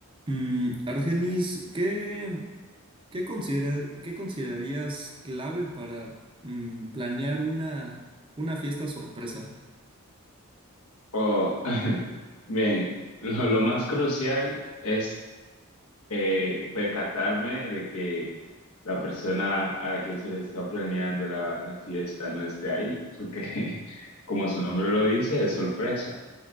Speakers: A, on the right; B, on the left.
A: Mm, Argenis, ¿qué, qué considera, qué considerarías clave para mm, planear una, una fiesta sorpresa?
B: Oh, <laughs> bien, lo, lo más crucial es eh, percatarme de que la persona a la que se le está planeando la, la fiesta no esté ahí, porque <laughs> como su nombre lo dice, es sorpresa.